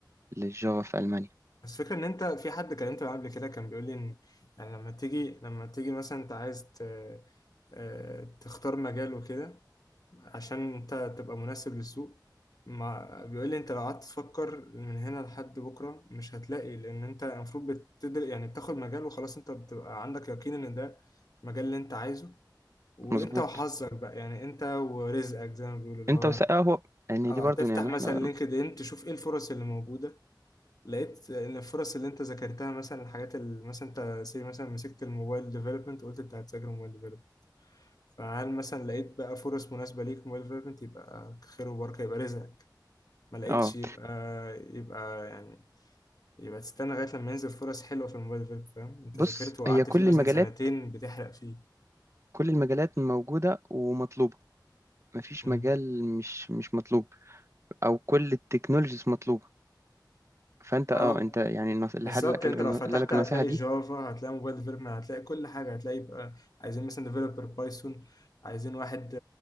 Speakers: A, on the right; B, on the left.
A: للجافا في ألمانيا
B: بس فكرة ان انت في حد كلمته معاه قبل كده كان بيقول لي ان يعني لما تيجي لما تيجي مثلا انت عايز ت... آه، تختار مجال وكده عشان انت تبقى مناسب للسوق ما بيقول لي انت لو قعدت تفكر من هنا لحد بكره مش هتلاقي لان انت المفروض بتدر يعني بتاخد مجال وخلاص انت بتبقى عندك يقين ان ده المجال اللي انت عايزه وانت
A: فمظبوط
B: وحظك بقى يعني انت ورزقك زي ما بيقولوا اللي
A: أنت
B: هو
A: وس آه هو يعني
B: اه
A: دي برضو
B: هتفتح
A: يعني
B: مثلا
A: إحنا
B: لينكد ان تشوف ايه الفرص اللي موجوده لقيت ان الفرص اللي انت ذاكرتها مثلا الحاجات اللي مثلا انت سي مثلا مسكت الموبايل ديفلوبمنت وقلت انت هتذاكر موبايل ديفلوبمنت فهل مثلا لقيت بقى فرص مناسبه ليك موبايل ديفلوبمنت يبقى خير وبركه يبقى رزقك ما لقيتش
A: آه
B: يبقى يبقى يعني يبقى تستنى لغايه لما ينزل فرص حلوه في الموبايل ديفلوبمنت فاهم انت
A: بص
B: ذاكرت وقعدت
A: هي كل
B: فيه مثلا
A: المجالات
B: سنتين بتحرق فيه
A: كل المجالات موجودة ومطلوبة مفيش
B: مم.
A: مجال مش مش مطلوب أو كل التكنولوجيز مطلوبة فأنت آه
B: اه
A: أنت يعني النص- اللي
B: بالظبط
A: حد لك
B: انت
A: اللي
B: لو فتحت
A: قال لك
B: هتلاقي
A: النصيحة دي
B: جافا هتلاقي موبايل ديفلوبمنت هتلاقي كل حاجه هتلاقي بقى عايزين مثلا ديفلوبر بايثون عايزين واحد